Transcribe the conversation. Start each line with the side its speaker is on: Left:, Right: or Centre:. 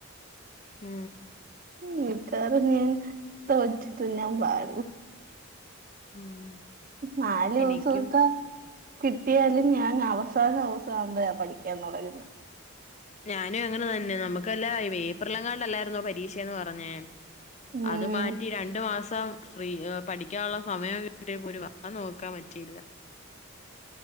Left: ഉം
Right: ഉ ഇതറ ഞൻ ത വച്ചത്ത ഞാൻ ബാഴ
Left: ഉം
Right: നാല് ദിവസൊക്കെ
Left: എനിക്കും
Right: കിട്ടിയാലും ഞാൻ അവസാനം അവസാനം ആവുമ്പോഴ പഠിക്കാൻ തുടന്ന്
Left: ഞാനും അങ്ങനെ തന്നെ നമ്മുക്കല്ലാ പേപ്പറിലെങ്ങാണ്ട്ല്ലാരരുന്നോ പരീക്ഷന്ന് പറഞ്ഞേ
Right: ഉം
Left: അത് മാറ്റി രണ്ടു മാസം ഫ്രീ പഠിക്കാനുള്ള സമയം ക വ നോക്കാൻ പറ്റിയില്ല